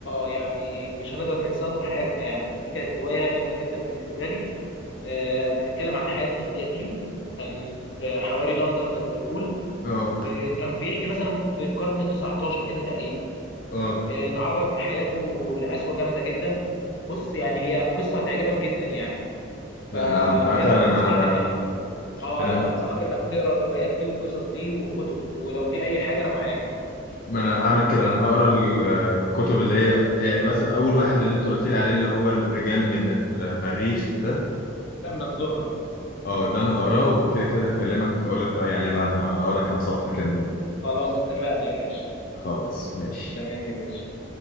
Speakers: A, on the left; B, on the left.
A: يعني مش هنقدر ننساها طول حياتنا يعني دي كانت روايه جامده جدا بالنسبه لي آه بتتكلم عن حياه طفل يتيم كان في حواري لندن زي ما بنقول
B: اه
A: آه كان بيحكي مثلا في القرن 19 كده تقريبا
B: اه
A: آه، اتعرض في حياته لقسوه جامده جدا بص يعني هي قصه هتعجبك جدا يعني
B: لا
A: فبجد
B: انا عم... انا
A: بنصحك انك اه
B: انا
A: لا بنصحك انك تقرا الروايات دي والقصص دي والكتب ولو في اي حاجه انا معاك
B: ما انا هعمل كده انا هقرا الكتب اللي هي يعني مثلا اول واحد اللي انت قلت لي عليه اللي هو الرجال من المريخ ده
A: من الزهره
B: اه ده انا هقراه وكده كده هكلمك اقول لك رايي عليه بعد ما اقرا كام صفحه كده منه
A: خلاص اتفقنا يا باشا
B: خلاص ماشي
A: تمام يا باشا